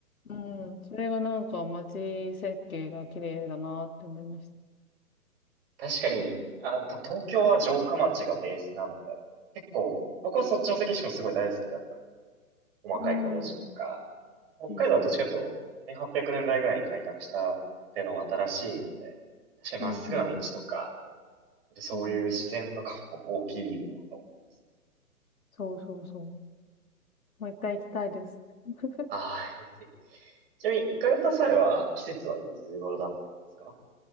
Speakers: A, on the left (about 65°); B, on the right (about 40°).
A: うん。それがなんか街設計が綺麗だなって思いました。
B: 確かに、あの、多分東京は城下町がベースなので、結構、僕はそっちの関市もすごい大好きだったんです細かいコロジとか、
A: うん。うん
B: 北海道はどっちかというと、
A: うん。
B: 1800年代ぐらいに開拓したってのが新しいので、確かにまっすぐな道とか、
A: うんうん
B: そういう自然とかも大きいものが多いです。
A: うん。うん。そうそうそう。もう1回行きたいです。<laughs>
B: ああ、<laughs> ちなみに行かれた際は季節はいつ頃だったんですか